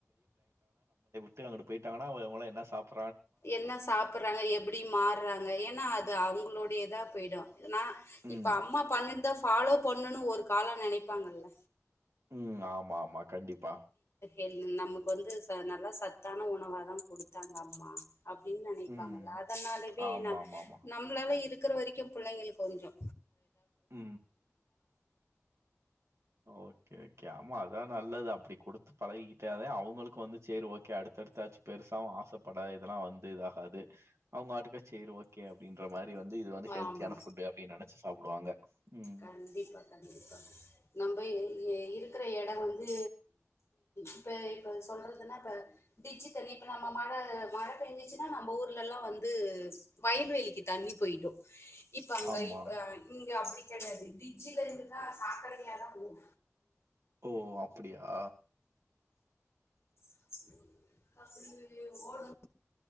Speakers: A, on the right; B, on the left.
A: ட்டு அங்குட்டு போயிட்டாங்கா <unintelligible> அவங்களா என்ன சாப்
B: என்ன சாப்பிடுறாங்க எப்படி மாறுறாங்க ஏன்னா அது அவங்களுடையதா போயிடு னா
A: ம்,
B: இப்ப அம்மா பன்னு ன ஃபாலோ பண்னனு ஒரு காலோ நெனைப்பாங்கல்ல
A: உ ஆமாமா கண்டிப்பா
B: என் நமக்கு வந்து நல்லா சத்தான உணவாதா குடுத்தாங்க அம்மா அப்டின்னு நினைப்பாங்களா
A: ம்.
B: அதனாலவே
A: ஆமாமாமா.
B: ந நம்மளால இருக் இருக்கிற வரைக்கு பிள்ளைகளுக் கொஞ்சோ
A: உ ஓகே ஓகே ஆமா அதா நல்லது அ அப்படி கொடுத்து பழகிக்கிட்டாதே அவங்களுக்கு வந்து செரி ஓக்கே அடுத்தடுத்தாச்சு பெருசாவு ஆசைப்படாது இதெலா வந்து இதாகாது ஆகாது அவுங்க ஆட்டுக்கா சேரி ஓகே அப்டின்ற மாரி வந்து இது வந்து ஹெல்த்தியான
B: ஆமா
A: ஃபுட்டு அப்டின்னு நெ சாப்டுவாங்க உ
B: கண்டிப்பா கண்டிப்பா நம்ம இருக்கிற எடோ வந்து இப்ப இப்ப சொல்றதுன்னா இப்ப பிச்சு தண்ணி இப்ப நம்ம மழ மழ பெஞ்சிச்சுன்னா நம்ம ஊர்லலா வந்து வயல்வெளிக்கு தண்ணி போயிடு இப்ப அங்க
A: ஆமா.
B: இப்ப இங்க அப்டி <unintelligible> டிச்சில இருந்தா சாக்கட தண்ணியா தா போகு
A: ஓ அப்டியா
B: சாக்கட தண்ணி ஓடு